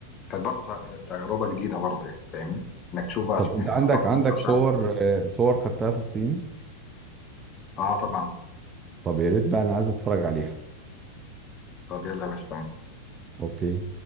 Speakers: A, on the left (about 30°); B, on the right (about 20°).
A: كانت برضو ت- تجربه جديده برضو يعني فاهمني انك تشوف بقى
B: طب انت
A: يعني
B: عندك
A: ثقافه
B: عندك
A: جديده وشعب
B: صور آه، صور خدتها في الصين
A: اه طبعا
B: طب يا ريت بقى انا عايز اتفرج عليها
A: طب يلا يا باشا تعالى
B: اوكي